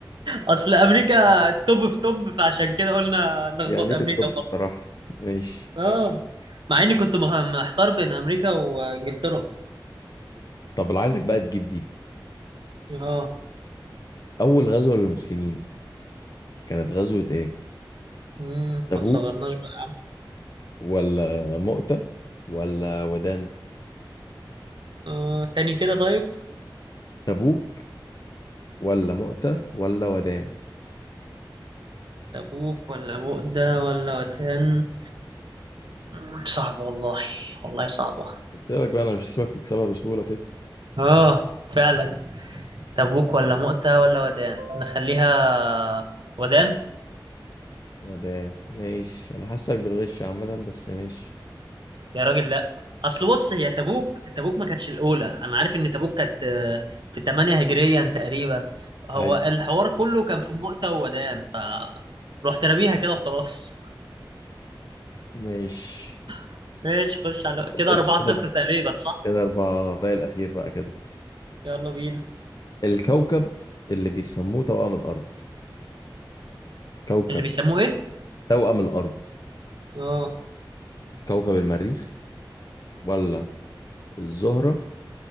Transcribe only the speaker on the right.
اصل امريكا توب في توب فعشان كده قلنا نخبط
امريكا
خالص
اه مع اني كنت مخ- محتار بين امريكا وانجلترا
اه
امم
ما تصغرناش بقى
اه تاني كده طيب
تبوك ولا بؤدة ولا وتان مم، صعبة والله والله صعبة
اه فعلا تبوك ولا مؤتة ولا ودان نخليها ودان
يا راجل لا اصل بص هي تبوك تبوك ما كانتش الاولى انا عارف ان تبوك كانت آه، في 8 هجريا تقريبا هو
الحوار كله كان في مؤتة وودان ف رحت راميها كده وخلاص
<laughs> ماشي خش على كده
4-0
تقريبا صح
يلا بينا
اللي بيسموه ايه
اه